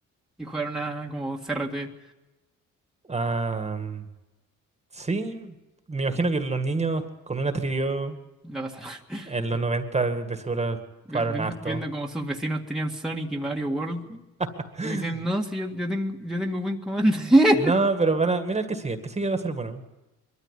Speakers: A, in the centre; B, on the right.
A: y jugar una como CRT.
B: Ah, mm, sí, me imagino que los niños con una trivio
A: La pasar. <laughs>
B: en los 90, de seguro jugaron
A: Viendo,
B: harto.
A: viendo como
B: <gasps>
A: sus vecinos tenían Sonic y Mario World.
B: <laughs>
A: Como diciendo, no, si yo, yo tengo, yo tengo Wing Commander. <laughs>
B: No, pero van a. Mira el que sigue, el que sigue va a ser bueno.